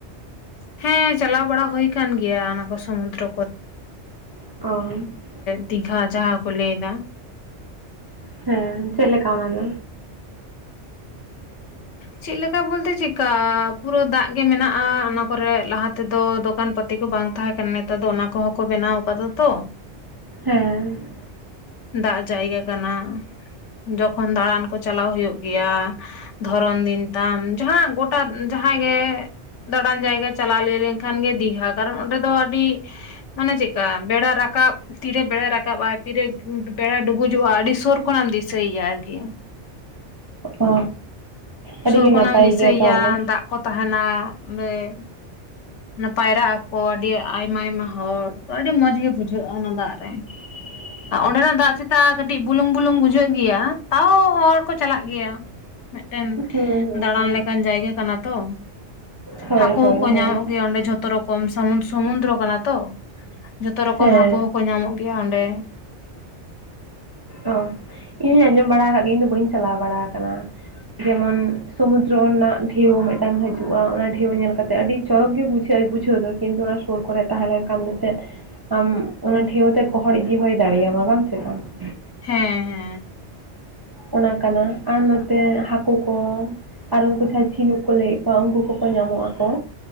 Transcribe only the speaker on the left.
ᱦᱮᱸ ᱪᱟᱞᱟᱣ ᱵᱟᱲᱟ ᱦᱩᱭ ᱠᱟᱱᱟᱱ ᱜᱮᱭᱟ ᱚᱱᱟ ᱠᱚ ᱥᱚᱢᱩᱫᱨᱚ ᱠᱚᱨᱮ
ᱫᱤᱜᱷᱟ ᱡᱟᱦᱟᱸ ᱠᱚ ᱞᱟᱹᱭ ᱮᱫᱟ
ᱪᱮᱫᱮᱠᱟ ᱵᱚᱞᱛᱮ ᱪᱮᱫᱠᱟ ᱯᱩᱨᱟᱹ ᱫᱟᱜ ᱜᱮ ᱢᱮᱱᱟᱜᱼᱟ ᱚᱱᱟ ᱠᱚᱨᱮ ᱞᱟᱦᱟ ᱛᱮᱫᱚ ᱫᱚᱠᱟᱱ ᱯᱟᱛᱤ ᱵᱟᱝ ᱛᱟᱦᱮᱸ ᱠᱟᱱᱟ ᱱᱮᱛᱟᱨ ᱫᱚ ᱚᱱᱟ ᱠᱚᱦᱚᱸ ᱠᱚ ᱵᱮᱱᱟᱣ ᱟᱠᱟᱫᱟ ᱛᱚ
ᱫᱟᱜ ᱡᱟᱭᱜᱟ ᱠᱟᱱᱟ ᱡᱚᱠᱷᱚᱱ ᱫᱟᱬᱟᱱ ᱠᱚ ᱪᱟᱞᱟᱣ ᱦᱩᱭᱩᱜ ᱜᱮᱭᱟ ᱩᱱᱫᱤᱱ ᱛᱟᱢ ᱡᱟᱦᱟᱸ ᱜᱚᱴᱟ ᱡᱟᱦᱟᱸᱭ ᱜᱮ ᱫᱟᱬᱟᱱ ᱡᱟᱭᱜᱟ ᱪᱟᱞᱟᱣ ᱞᱟᱹᱭ ᱞᱮᱱᱠᱷᱟᱱ ᱜᱮ ᱫᱤᱜᱷᱟ ᱠᱟᱨᱚᱱ ᱚᱸᱰᱮ ᱫᱚ ᱟᱹᱰᱤ ᱢᱟᱱᱮ ᱪᱮᱫᱞᱮᱠᱟ ᱵᱮᱲᱟ ᱨᱟᱠᱟᱵ ᱛᱤᱨᱮ ᱵᱮᱲᱟ ᱨᱟᱠᱟᱵᱼᱟ ᱛᱤᱨᱮ ᱵᱮᱲᱟ ᱰᱩᱵᱩᱡᱚᱜᱼᱟ ᱟᱹᱰᱤ ᱥᱩᱨ ᱠᱷᱚᱱᱟᱜ ᱮᱢ ᱫᱤᱥᱟᱹ ᱭᱮᱭᱟ ᱟᱨᱠᱤ
ᱥᱩᱨ
ᱠᱷᱚᱱᱟᱜ
ᱮᱢ ᱫᱤᱥᱟᱹᱭᱮᱭᱟ
ᱫᱟᱜ ᱠᱚ ᱛᱟᱦᱮᱱᱟ ᱚᱸᱰᱮ ᱯᱟᱭᱨᱟᱜ ᱟᱠᱚ ᱟᱹᱰᱤ ᱟᱭᱢᱟ ᱟᱭᱢᱟ ᱦᱚᱲ ᱟᱹᱰᱤ ᱢᱚᱸᱡᱽ ᱜᱮ ᱵᱩᱡᱷᱟᱹᱜᱼᱟ ᱚᱱᱟ ᱫᱟᱜ ᱨᱮ
ᱚᱸᱰᱮᱵᱟᱜ ᱫᱟᱜ ᱪᱮᱛᱟ ᱠᱟᱹᱴᱤᱡ ᱵᱩᱞᱩᱝ ᱵᱩᱞᱩᱝ ᱵᱩᱡᱷᱟᱹᱜ ᱜᱮᱭᱟ ᱛᱟᱣ ᱦᱚᱲ ᱠᱚ ᱪᱟᱞᱟᱜ ᱜᱮᱭᱟ ᱢᱤᱫᱴᱮᱱ
ᱫᱟᱲᱟᱱ
ᱞᱮᱠᱟᱱ ᱡᱟᱭᱜᱟ ᱠᱟᱱᱟ ᱛᱚ
ᱦᱟᱹᱠᱚ
ᱠᱚᱠᱚ
ᱧᱟᱢᱚᱜ ᱜᱮᱭᱟ ᱚᱸᱰᱮ ᱡᱷᱚᱛᱚ ᱡᱚᱛᱚ ᱨᱚᱠᱚᱢ ᱥᱚᱢᱩᱫᱨᱚ ᱠᱟᱱᱟ ᱛᱚ ᱡᱷᱚᱛᱚ ᱨᱚᱠᱚᱢ
ᱦᱟᱹᱠᱩ ᱦᱚᱸᱠᱚ ᱧᱟᱢᱚᱜ ᱜᱮᱭᱟ ᱚᱸᱰᱮ ᱛᱚ
ᱦᱮᱸ ᱦᱮᱸ